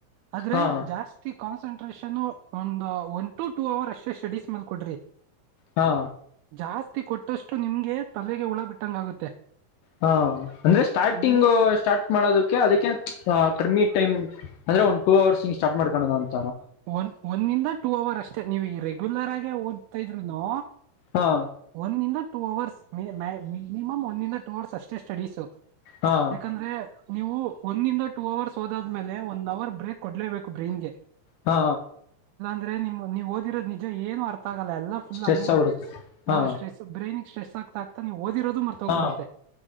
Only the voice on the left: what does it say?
ಹಾ
ಹಾ
ಹಾ ಅಂದ್ರೆ ಸ್ಟಾರ್ಟಿಂಗ್
ಸ್ಟಾರ್ಟ್ ಮಾಡೋದಕ್ ಅದಕ್ಕೆ ಕರ್ಮಿ ಟೈಮ ಅಂದ್ರೆ ಒಂದಂದು ಟೂ ಅವರ್ಸ್ ಸ್ಟಾರ್ಟ್ ಮಾಡ್ಕೋಣ.
ಹಾ
ಹಾ
ಹಾ
ಸ್ಟ್ರೆಸ್
ಆಗ್ಬಿಡುತ್ತೆ
ಹಾ
ಹಾ